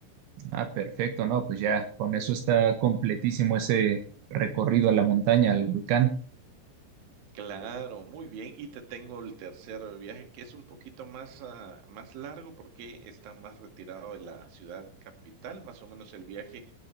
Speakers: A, on the right; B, on the right.
A: Ah, perfecto, ¿no? Pues ya, con eso está completísimo ese recorrido a la montaña, al volcán.
B: Claro, muy bien. Y te tengo el tercer viaje, que es un poquito más, ah, más largo porque está más retirado de la ciudad capital. Más o menos el viaje